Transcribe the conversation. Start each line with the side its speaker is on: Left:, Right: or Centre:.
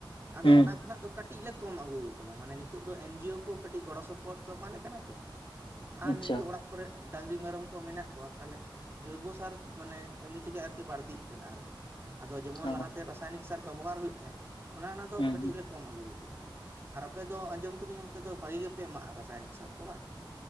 Left: ᱦᱩᱸ
Right: ᱟᱫᱚ ᱚᱱᱟ ᱠᱷᱚᱱᱟᱜ ᱫᱚ ᱠᱟᱹᱴᱤᱡ ᱞᱮ ᱠᱚᱢ ᱟᱹᱜᱩ ᱟᱠᱟᱫᱟ ᱢᱟᱱᱮ ᱱᱤᱛᱚᱜ ᱫᱚ ᱮᱱᱡᱤᱭᱳ ᱠᱚ ᱠᱟᱹᱴᱤᱡ ᱜᱚᱲᱚ ᱥᱚᱯᱚᱦᱚᱫ ᱠᱚ ᱮᱢᱟᱞᱮ ᱠᱟᱱᱟ ᱛᱚ ᱟᱨ
Left: ᱟᱪᱪᱷᱟ
Right: ᱱᱤᱝᱠᱟᱹ ᱚᱲᱟᱜ ᱠᱚᱨᱮ ᱰᱟᱝᱨᱤ ᱢᱮᱨᱚᱢ ᱠᱚ ᱢᱮᱱᱟᱜ᱾ ᱠᱚᱣᱟ ᱛᱟᱦᱚᱞᱮ ᱡᱳᱭᱵᱚ ᱥᱟᱨ ᱢᱟᱱᱮ ᱮᱢᱱᱤ ᱛᱮᱜᱮ ᱟᱨᱠᱤ ᱵᱟᱹᱲᱛᱤᱜ ᱠᱟᱱᱟ ᱟᱨᱠᱤ᱾ ᱟᱫᱚ ᱡᱮᱢᱚᱱ
Left: ᱦᱮᱸ
Right: ᱞᱟᱦᱟᱛᱮ ᱨᱟᱥᱟᱭᱱᱤᱠ ᱥᱟᱨ ᱵᱮᱵᱚᱦᱟᱨ ᱦᱩᱭᱩᱜ ᱛᱟᱦᱮᱸᱜ ᱚᱱᱮ ᱚᱱᱟ ᱫᱚ
Left: ᱦᱮᱸ
Right: ᱠᱟᱹᱴᱤᱡ ᱞᱮ ᱠᱚᱢ ᱟᱹᱜᱩ ᱟᱠᱟᱫᱟ᱾ ᱟᱨ ᱟᱯᱮ ᱫᱚ ᱟᱸᱡᱚᱢ ᱠᱟᱹᱫᱟᱹᱧ ᱚᱱᱛᱮ ᱫᱚ ᱵᱷᱟᱹᱜᱤ ᱜᱮᱯᱮ ᱮᱢᱟᱜᱼᱟ ᱨᱟᱥᱟᱭᱱᱤᱠ ᱥᱟᱨ ᱠᱚ ᱵᱟᱝ?